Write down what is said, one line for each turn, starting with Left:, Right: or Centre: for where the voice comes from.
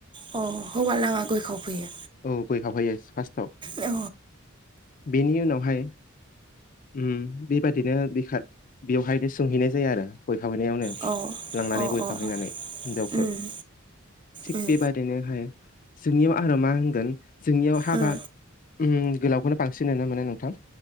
Right: अ हौवा लागा गय खावफैयो?
Left: औ गय खावफैयो फास्थआव।
Right: अ
Left: बेनि उनावहाय उम बेबादिनो बिखा बेवहायनो सोंहैनाय जायो आरो गय खावहैनायावनो।
Right: औ
Left: लांनानै
Right: अ
Left: गय
Right: अ
Left: खावहैनानै हिनजावखौ
Right: उम
Left: थिग
Right: उम
Left: बेबायदिनो हाय जोंनियाव आरो मा होनगोन जोंनियाव हाबा
Right: उम
Left: ओम गोलावखौनो बांसिन नुनो मोनो नोंथां,